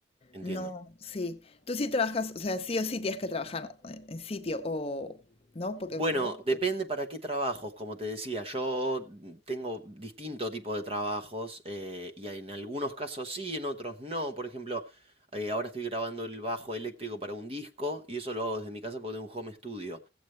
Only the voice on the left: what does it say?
No,
sí. Tú sí trabajas, o sea, sí o sí tienes que trabajar en en sitio o, ¿no? Porque,